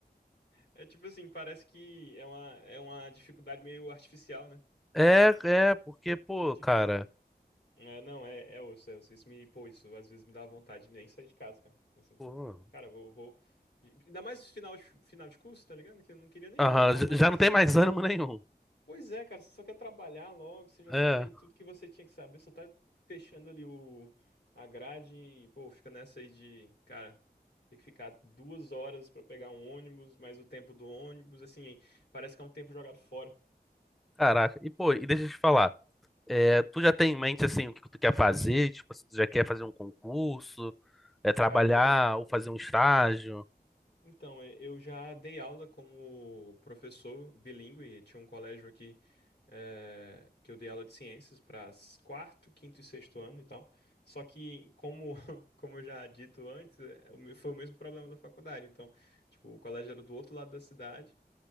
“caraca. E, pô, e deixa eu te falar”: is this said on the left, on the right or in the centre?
Centre